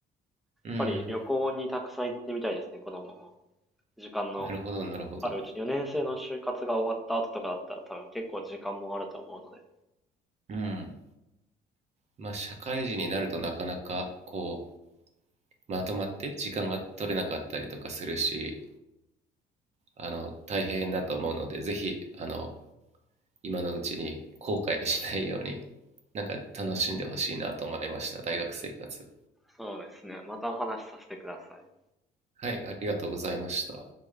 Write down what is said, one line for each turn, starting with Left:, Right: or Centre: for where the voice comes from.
Right: うん。
Centre: ぱり旅行にたくさん行ってみたいですね、このまま。時間の
Right: なるほど、なるほど。
Centre: あるうちに、4年生の就活が終わった後とかだったら多分結構時間もあると思うので。
Right: うん。まあ、社会人になるとなかなか、こう、まとまって時間が取れなかったりとかするし、あの、大変だと思うので、ぜひ、あの、今のうちに後悔しないように、なんか楽しんでほしいなと思いました、大学生活。
Centre: そうですね。またお話しさせてください。
Right: はい、ありがとうございました。